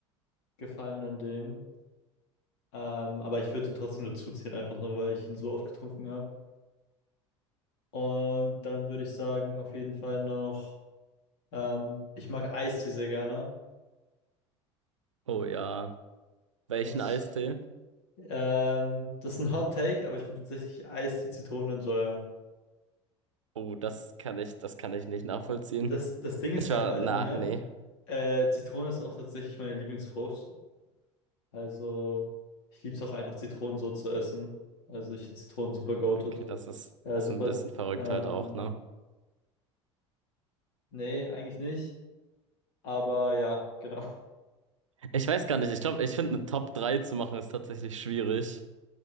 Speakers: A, on the left; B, on the right.
A: Gefallen an dem. Ähm, aber ich würde ihn trotzdem dazu zählen, einfach nur, weil ich ihn so oft getrunken habe. Und dann würde ich sagen, auf jeden Fall noch, ähm, ich mag Eistee sehr gerne.
B: Oh ja. Welchen
A: Und ich,
B: Eistee?
A: ähm, das ist ein Hot Take, aber ich bin tatsächlich Eistee-Zitronenenjoyer.
B: Oh, das kann ich, das kann ich nicht nachvollziehen.
A: Das, das Ding ist
B: Ich
A: halt
B: war,
A: bei
B: na,
A: mir,
B: nee.
A: äh, Zitrone ist auch tatsächlich meine Lieblingsfrucht. Also, ich liebe es auch einfach, Zitronen so zu essen. Also, ich finde Zitronen super goated.
B: Okay, das ist,
A: Ja,
B: ist
A: super.
B: ein bisschen verrückt
A: Ähm,
B: halt auch, ne?
A: nee, eigentlich nicht. Aber ja, genau. <laughs>
B: Ich weiß gar nicht. Ich glaube, ich finde eine Top 3 zu machen ist tatsächlich schwierig.